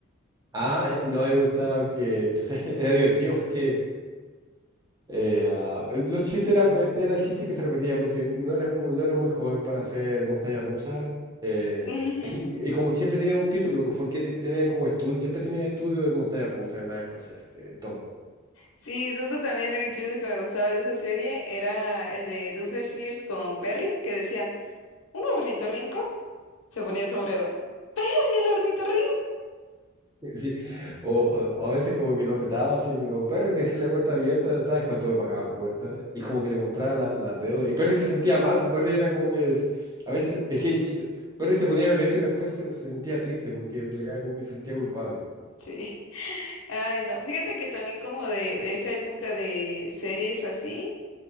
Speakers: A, on the right; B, on the left.
A: Ah, <laughs> no, a mí me gustaba que, no sé, <laughs> era divertido porque eh, ah, los chistes era, e, era el chiste que se repetía porque no eres muy, no eres muy joven para hacer montaña rusa eh,
B: Ujú.
A: <laughs> y, y como que siempre tenían un título, porque te- tenían como estudio, siempre tenían estudio de montaña rusa, de nave espacial, eh, todo.
B: Sí, justo también el chiste que me gustaba de esa serie era el de Doofenshmirtz con Perry, que decía, ¿un ornitorrinco? Se ponía el sombrero. ¡Perry, el ornitorrinco!
A: Sí. O, o- o a veces como que lo retaba así, pero Perry, te dejé la puerta abierta, ¿sabes cuánto me pagaba puerta? Y como que le mostraba la- las deudas. Y Perry se sentía mal, pues Perry era como que es- a veces, es que chiste- Perry se ponía violento y después se, se sentía triste porque en realidad como que se sentía culpable.
B: Sí. Ay, no. Fíjate que también como de, de esa época de series así.